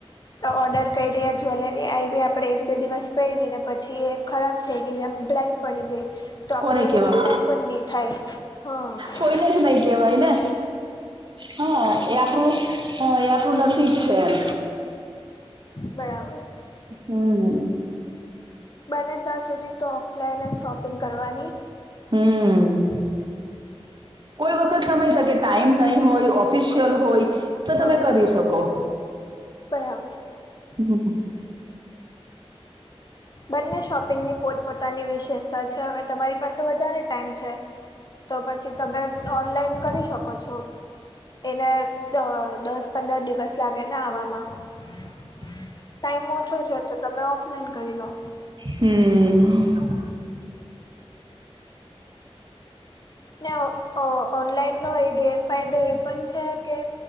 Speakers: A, on the left; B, on the right.
A: ઓર્ડર કરી રહ્યા જ્વેલરી આવી આપડણે એક બે દિવસ પ રને પછી એક ખરાબ થઈ ગઈ એમ બ્લેક પડી ગઈ તો આપણે
B: કોને
A: એને
B: કેવા
A: રિટર્ન પણ ની થાય. હ.
B: કોઈને જ નહી કેવાય ને હા એ આપણુ હા એ આપણું નસીબ છે એમ.
A: બરાબર.
B: હમ્મ હમ્મ.
A: બને તા સુધી તો ઓફલાઈન જ શોપિંગ કરવાની.
B: હમ્મ. કોઈ વખત સમય શકે ટાઈમ નહીં હોય, ઓફિશિયલ હોય. તો
A: હા
B: તમે કરી શકો.
A: બરાબર.
B: હમ્મ હમ્મ.
A: બંને શોપિંગની પોતપોતાની વિશેષતા છે હવે તમારી પાસે વધારે ટાઈમ છે. તો પછી તમે ઓનલાઈન કરી શકો છો. એને અ દસ પંદર દિવસ લાગેને આવામાં. ટાઈમ ઓછો છે તો તમે ઓફલાઈન કરી લો.
B: હમ્મ.
A: ને ઓ ઓનલાઈનનો એક ગેરફાયદો એ પણ છે કે